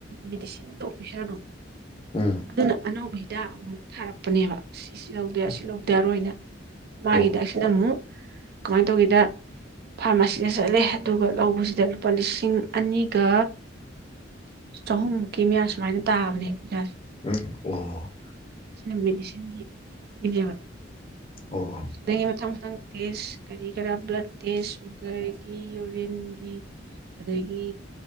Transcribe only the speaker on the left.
ꯎꯝ
ꯑꯣ
ꯑꯣ
ꯎꯝ ꯑꯣ
ꯑꯣ ꯑꯣ